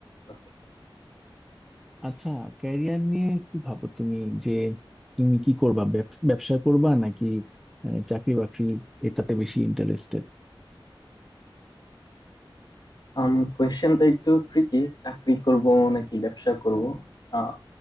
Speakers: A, on the left; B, in the centre.
A: Okay.
B: আচ্ছা ক্যারিয়ার নিয়ে কি ভাবো তুমি যে তুমি কি করবা ব্যব- ব্যবসা করবা নাকি আহ, চাকরি বাকরি এটাতে বেশি ইন্টারেস্টেড
A: আম কোয়েশ্চেনটা একটু tricky চাকরি করব নাকি ব্যবসা করব আহ